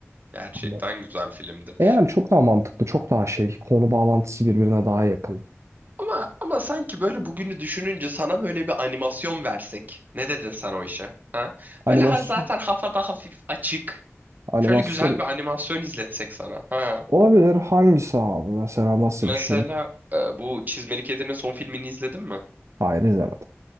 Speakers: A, on the right; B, on the right.
A: Gerçekten
B: Hani,
A: güzel filmdir.
B: e yani çok daha mantıklı çok daha şey konu bağlantısı birbirine daha yakın.
A: Ama ama sanki böyle bugünü düşününce sana böyle bir animasyon versek. Ne dedin sen o işe? Ha?
B: Animasyon,
A: Böyle ha zaten hafada hafif açık.
B: animasyon
A: Şöyle güzel bir animasyon izletsek sana. Ha.
B: olabilir hangisi abi mesela nasıl
A: Mesela
B: bir şey?
A: e, bu Çizmeli Kedi'nin son filmini izledin mi?
B: Hayır izlemedim.